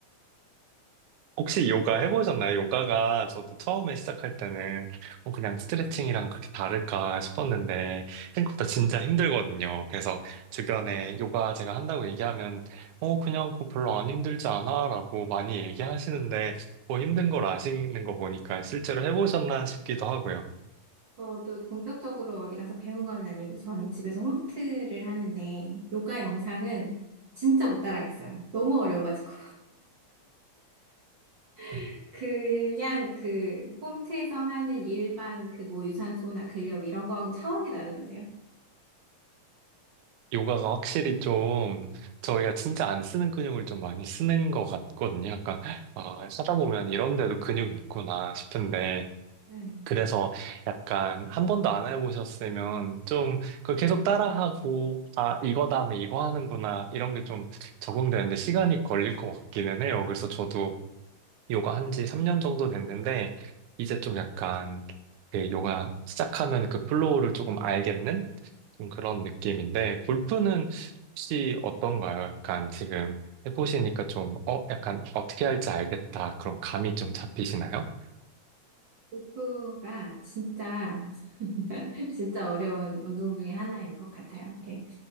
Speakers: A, on the right (about 85°); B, on the right (about 40°).
A: 혹시 요가 해보셨나요? 요가가 저도 처음에 시작할 때는 어, 그냥 스트레칭이랑 그렇게 다를까 싶었는데 생각보다 진짜 힘들거든요. 그래서 주변에 요가 제가 한다고 얘기하면 어, 그냥 그거 별로 안 힘들지 않아 라고 많이 얘기하시는데 뭐 힘든 걸 아시는 거 보니까 실제로 해보셨나 싶기도 하고요.
B: 저도 본격적으로 어디 가서 배운 건 아니고 저는 집에서 홈트를 하는데 요가 영상은 진짜 못 따라하겠어요. 너무 어려워가지고. <laughs> 그냥 그 홈트에서 하는 일반 그 뭐 유산소나 근력 이런 거하고 차원이 다르던데요.
A: 요가가 확실히 좀 저희가 진짜 안 쓰는 근육을 좀 많이 쓰는 것 같거든요. 약간 아, 하다 보면 이런 데도 근육이 있구나 싶은데
B: 네.
A: 그래서 약간 한 번도 안 해보셨으면 좀 그걸 계속 따라하고, 아, 이거 다음에 이거 하는구나, 이런 게 좀 적응되는데 시간이 걸릴 것 같기는 해요. 그래서 저도 요가 한 지 3년 정도 됐는데, 이제 좀 약간 그 요가 시작하면 그 플로우를 조금 알겠는 좀 그런 느낌인데, 골프는 혹시 어떤가요? 약간 지금 해보시니까 좀, 어, 약간 어떻게 할지 알겠다. 그런 감이 좀 잡히시나요?
B: 그가 진짜 <laughs> 진짜 어려운 운동 중에 하나인 것 같아요. 이렇게